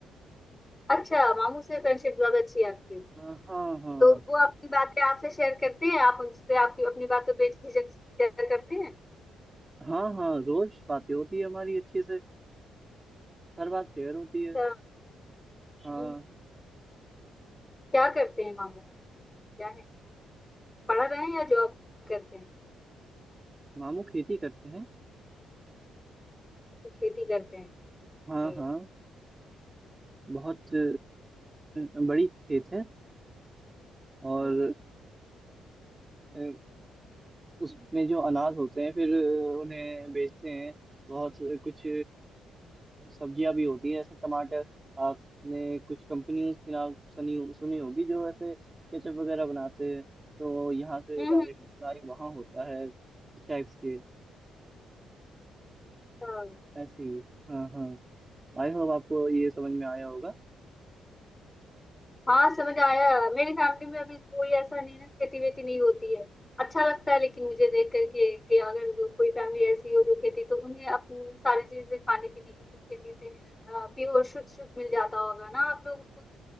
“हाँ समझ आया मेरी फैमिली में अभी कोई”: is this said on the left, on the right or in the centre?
Left